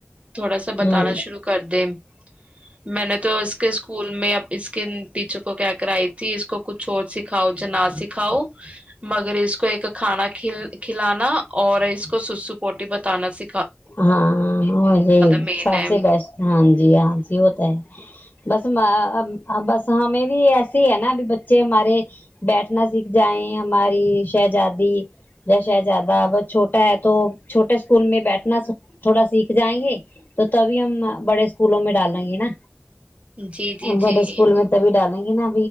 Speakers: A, on the right; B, on the left.
A: تھوڑا سا بتانا
B: ہاں
A: شروع کر دم میں نے تو اس کے اسکول میں اس کے ٹیچر کو کیا کرائی تھی اس کو کچھ اور سکھاؤ ج نہ سکھاؤ مگر اس کو ایک کھانا کھلانا اور اس کو سسو پوٹی بتانا س
B: ہاں وہ یہ
A: مین
B: سب
A: ہے
B: سے بسٹ ہاں جی ہاں ہوتا ہے بس بس ہمیں بھی ایسی ہے نا بھی بچے بچے ہمارے بیٹھنا سیکھ جائیں ہماری شہزادی ج شہزادہ بس چھوٹا ہے تو چھوٹے اسکول میں بیٹھ اپنا تھوڑا سیکھ جائیں گے تو تبھی ہم بڑے اسکولوں میں ڈالیں گے نا
A: جی جی
B: بڑے
A: جی
B: اسکول میں تبھی ڈالیں گے نا